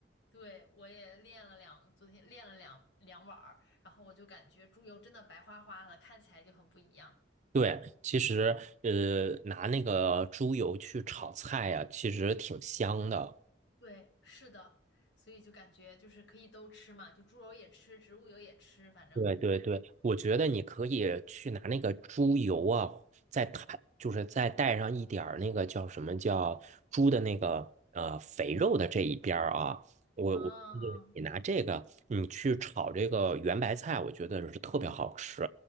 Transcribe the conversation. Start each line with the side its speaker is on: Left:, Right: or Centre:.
Left: 对，我也练了两，昨天练了两两碗儿，然后我就感觉猪油真的白花花的，看起来就很不一样。
Right: 对，其实呃，拿那个猪油去炒菜呀、其实挺香的。
Left: 对，是的，所以就感觉就是可以都吃嘛，就猪油也吃，植物油也吃，反正，
Right: 对对对，我觉得你可以去拿那个猪油啊，再摊，就是再带上一点儿那个叫什么叫猪的那个呃肥肉的这一边儿啊，我我建议你拿这个，
Left: 嗯，
Right: 你去炒这个圆白菜，我觉得是特别好吃。